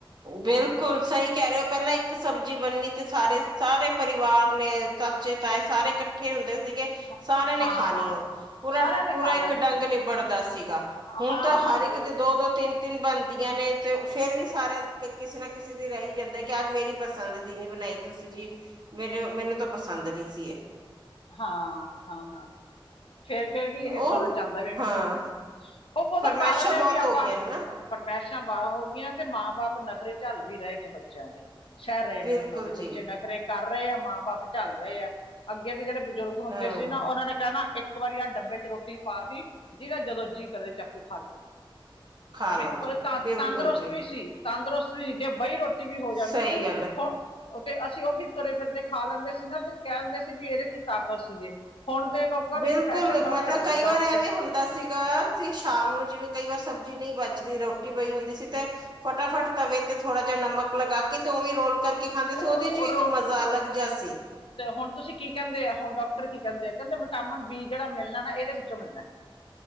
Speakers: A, on the right (about 50°); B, on the left (about 75°).
A: ਬਿਲਕੁਲ ਸਈ ਕੈ ਰੇ ਹੋ ਪਰ ਨਾ ਇੱਕ ਸਬਜ਼ੀ ਬਣਨੀ ਤੇ ਸਾਰੇ-ਸਾਰੇ ਪਰਿਵਾਰ ਨੇ ਚਾਚੇ, ਤਾਏ ਸਾਰੇ ਕੱਠੇ ਹੁੰਦੇ ਸੀਗੇ
B: ਸ-
A: ਸਾਰਿਆਂ ਨੇ
B: ਹਾਂ
A: ਖਾਣੀ
B: ਹਾਂ
A: ਓ ਪੂਰਾ-ਪੂਰਾ
B: ਸਾਰਿਆਂ ਨੇ ਖਾ ਲੈਣੇ
A: ਇੱਕ ਡੰਗ ਨਿਬੜਦਾ ਸੀਗਾ
B: ਆ।
A: ਹੁਣ
B: ਹਾਂ
A: ਤਾਂ ਹਰ
B: ਹਾਂ
A: ਇੱਕ
B: ਬਿਲ
A: ਦੇ ਦੋ-ਦੋ, ਤਿੰਨ-ਤਿੰਨ ਬਣਦੀਆਂ ਨੇ ਤੇ ਫੇਰ ਵੀ ਸਾਰਿਆਂ ਤੇ ਕਿਸੇ ਨਾ ਕਿਸੇ ਤੇ ਰੈ ਈ ਜਾਂਦਾ ਕਿ ਅੱਜ ਮੇਰੀ ਪਸੰਦ ਦੀ ਨੀ ਬਣਾਈ ਤੁਸੀ ਜੀ। ਮੇਰੇ ਮੈਨੂੰ ਤਾਂ ਪਸੰਦ ਨੀ ਸੀ ਏ।
B: ਹਾਂ-ਹਾਂ, ਹਾਂ ਫੇਰ-ਫੇਰ ਵੀ ਇਹ
A: ਉਹ
B: ਸੁੰਡਣ ਚ ਆਂਦਾ <unintelligible>
A: ਹਾਂ
B: ਓ ਉਦਾ
A: ਫਰਮਾਇਸ਼ਾਂ
B: ਕਾਰਨ ਏ
A: ਬਹੁਤ
B: ਵੀ
A: ਹੋ
B: ਆਪਾਂ
A: ਗਈਆਂ ਨੇ ਨਾ
B: ਫਰਮੈਸ਼ ਬਾਅ ਹੋਗੀਆਂ ਤੇ ਮਾਂ ਬਾਪ ਨਖਰੇ ਝੱਲ ਵੀ ਰਏ ਨੇ ਬੱਚਿਆਂ ਦੇ। ਸਇ ਰਏ
A: ਬਿਲਕੁਲ
B: ਨੇ ਉਨਾਂ ਦੇ, ਬੱਚੇ
A: ਜੀ
B: ਨਖਰੇ ਕਰ ਰਏ ਆ ਮਾਂ ਬਾਪ ਝੱਲ ਰਏ ਆ ਅੱਗੇ ਅਸੀ ਕੇੜਾ ਬਜ਼ੁਰਗ ਹੁੰਦੇ
A: ਹਮ
B: ਸੀ ਨਾ ਉਨਾਂ ਨੇ ਕਹਨਾ ਏਕ ਵਾਰੀ ਆਹ ਡੱਬੇ ਚ ਰੋਟੀ ਪਾਤੀ ਜੀਦਾ ਜਦੋਂ ਜੀਅ ਕਰੇ ਚੱਕ ਕੇ ਖਾ ਲਈਓ।
A: ਖਾ ਲਓ
B: ਵੀ ਤੰਦ
A: ਜੀ ਬਿਲਕੁਲ
B: ਤੰਦਰੁਸਤ
A: ਜੀ
B: ਵੀ ਸੀ। ਤੰਦਰੁਸਤ ਵੀ ਜੇ ਬਈ ਰੋਟੀ ਵੀ ਹੋ ਜਾਂਦੀ
A: ਸਹੀ
B: ਸੀ
A: ਗੱਲ ਹੈ
B: ਹੋ ਉ ਤੇ ਅਸੀਂ ਓ ਵੀ ਤੁਰੇ ਫਿਰਦੇ ਖਾ ਲੈਂਦੇ ਸੀ ਨਾ ਫੇਰ ਕਹਿ ਦਿੰਦੇ ਸੀ ਵੀ ਏਦੇ ਚ ਤਾਕਤ ਸੀਗੇ। ਹੁਣ ਦੇ ਲੋਕਾਂ ਨੂੰ
A: ਬਿਲਕੁਲ
B: ਸਪੈਸ਼ਲ ਡਾਕਟਰ
A: ਮਤਲਬ ਕਈ
B: ਡਾਕਟਰ
A: ਵਾਰ ਐਵੇਂ ਹੁੰਦਾ ਸੀਗਾ ਅਸ ਸ਼ਾਮ ਨੂੰ ਜਿਵੇਂ ਕਈ ਵਾਰ ਸਬਜ਼ੀ ਨਈ ਬਚਦੀ ਰੋਟੀ ਬਈ ਹੁੰਦੀ ਸੀ ਤੇ ਫਟਾਫਟ ਤਵੇ ਤੇ ਥੋੜਾ ਜਿਆ ਨਮਕ ਲਗਾ ਕੇ ਤੇ ਓਵੇਂ ਰੋਲ ਕਰਕੇ ਖਾਂਦੇ ਸੀ
B: ਉਹ
A: ਉਦੇ ਚ
B: ਉਹ
A: ਇੱਕ
B: ਰੋ-
A: ਮਜ਼ਾ ਅਲੱਗ ਜਿਆ ਸੀ।
B: ਤੇ ਹੁਣ ਤੁਸੀਂ ਕੀ ਕੇਂਦੇ ਆ ਹੁਣ ਡਾਕਟਰ ਕੀ ਕੇਂਦੇ ਆ ਕੇਂਦੇ ਵਿਟਾਮਿਨ ਬੀ ਜੇੜਾ ਮਿਲਣਾ ਨਾ ਏਦੇ ਵਿੱਚੋਂ ਮਿਲਣਾ।